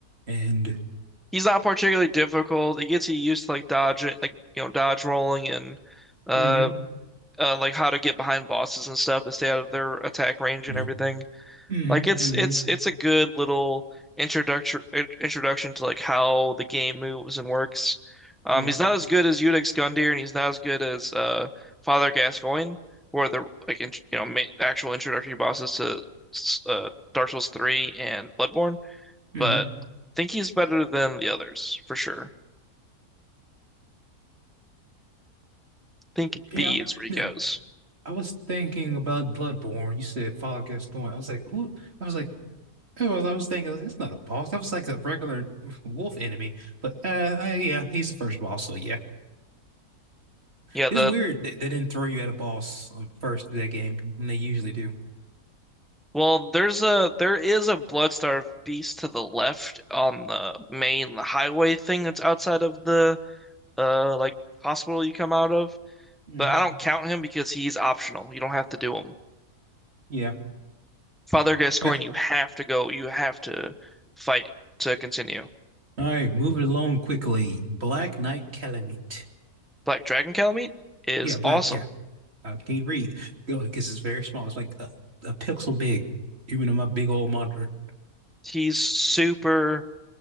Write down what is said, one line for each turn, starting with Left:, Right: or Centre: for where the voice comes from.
Right: and.
Centre: He's not particularly difficult. It gets you used to like dodging, like you know, dodge rolling and uh,
Right: hmm
Centre: uh, like how to get behind bosses and stuff to stay out of their attack range
Right: Yeah.
Centre: and everything.
Right: hmm
Centre: Like it's
Right: hmm
Centre: it's it's a good little introduction introduction to like how the game moves and works. Um,
Right: Yeah.
Centre: he's not as good as Eudex Gundyr, and he's not as good as uh Father Gascoigne, who are the like int you know ma actual introductory bosses to uh, Dark Souls 3 and Bloodborne,
Right: hmm
Centre: but I think he's better than the others for sure. think
Right: Yeah,
Centre: B is where he
Right: n-
Centre: goes.
Right: I was thinking about Bloodborne. You said Fall Guys Thorn. I was like, who? I was like, I was, I was thinking that's not a boss. That was like a regular <laughs> wolf enemy. But uh, uh, yeah, he's the first boss. So yeah,
Centre: Yeah,
Right: it's
Centre: the
Right: weird that they didn't throw you at a boss um, first of that game. And they usually do.
Centre: well, there's a there is a Bloodstar beast to the left on the main highway thing that's outside of the uh like hospital you come out of,
Right: hmm
Centre: but I don't count him because he's optional. You don't have to do him.
Right: Yeah.
Centre: Father Gascoigne,
Right: Uh,
Centre: you have to go. You have to fight to continue.
Right: All right, moving along quickly. Black Knight Calamite.
Centre: Black Dragon Calamite is
Right: Yeah, Black.
Centre: awesome.
Right: Yeah, I can't read because it's very small. It's like a, a pixel big, even on my big old monitor.
Centre: He's super.